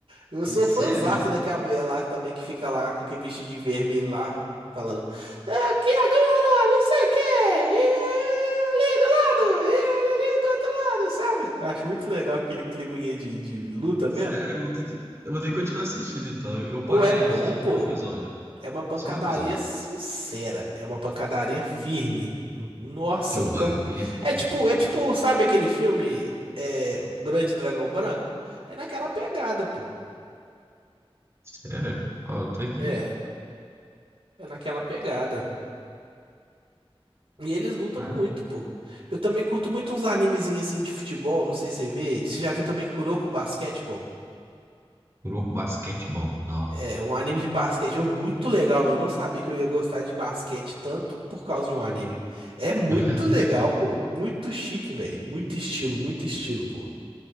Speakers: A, on the right; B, on the right.
A: Eu sou
B: Sério?
A: fãzaço daquela mulher lá também que fica lá com aquele vestido de vermelho lá, falando. Aqui agora, não sei o quê. E é ali do lado, e ali do outro lado, sabe? Acho muito legal aquele climinha de, de luta
B: Sério,
A: mesmo.
B: eu vou ter que, eu vou ter que continuar assistindo então. Eu, eu
A: Ou
B: parei,
A: é bom,
B: eu assisti
A: pô.
B: só um episódio.
A: É uma pancadaria
B: Só um episódio.
A: sincera, é uma pancadaria firme. Nossa,
B: Que o
A: um campo.
B: Bach.
A: É tipo, é tipo, sabe aquele filme é, O Grande Dragão Branco? É naquela pegada, pô.
B: Sério? Ó, eu tô aqui.
A: É, é naquela pegada. E eles lutam
B: Ah.
A: muito, pô. Eu também curto muito uns animezinhos assim de futebol, não sei se você vê. Você já viu também Kuroko Basketball?
B: Kuroko Basquetebol. Não.
A: É um anime de basquete, ou muito legal. Eu não sabia que eu ia gostar de basquete tanto por causa de um anime. É muito
B: <laughs>
A: legal, pô. Muito chique, velho. Muito estilo, muito estilo, pô.